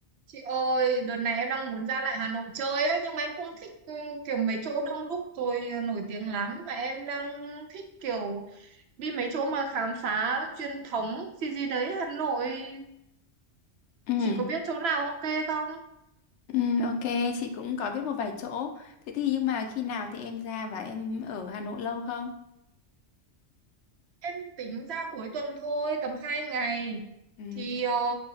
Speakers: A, on the right; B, on the left.
A: Chị ơi, đợt này em đang muốn ra lại Hà Nội chơi ấy, nhưng mà em không thích ừ, kiểu mấy chỗ đông đúc rồi ờ, nổi tiếng lắm, mà em đang thích kiểu đi mấy chỗ mà khám phá truyền thống gì gì đấy Hà Nội.
B: Ừ,
A: Chị có biết chỗ nào ok không?
B: ừ, ok, chị cũng có biết một vài chỗ. Thế thì nhưng mà khi nào thì em ra và em ở Hà Nội lâu không?
A: Em tính ra cuối tuần thôi, tầm 2 ngày.
B: Ừ,
A: Thì ờ,